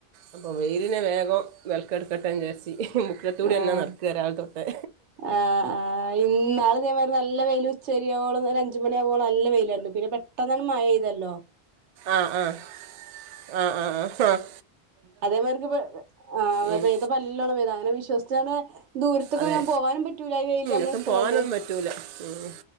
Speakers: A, on the right; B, on the right.
A: അപ്പോൾ വെയിലിനെ വേഗം വെലക്കെടുക്കട്ടെചാര്ച്ച് മുക്കത്തൂടി
B: ആഹ്
A: അന്നെ നടക്കാ രാവിലെ തൊട്ടേ
B: ആഹ് ആഹ് ഇന്നാള് ഇതേമാതിരി നല്ല വെയില് ഉച്ചരിയോളം ഒരു അഞ്ചുമണിയാവോളം അല്ല വെയിലാര്ന്നു പിന്നെ പെട്ടന്നാണ് മഴ എയ്തല്ലോ
A: ആഹ് ആഹ് ആഹ് ആഹ് അ ആഹ്
B: അതേമാര്ക്ക് ഇപ്പ ആ
A: ഉം,
B: പെയ്തപ്പൊ നല്ലോണം പെയ്ത് അങ്ങനെ വിശ്വസിച്ചാണ്ടെ ദൂരത്ത്ക്കൊന്നും
A: അതെ
B: പോവാനും പറ്റൂല ഈ വെയില് അമ്മള്
A: ഒട്ടും
B: ഇട്ട്
A: പോകാനൊന്നും
B: കാണ്ട്
A: പറ്റൂല ഉം.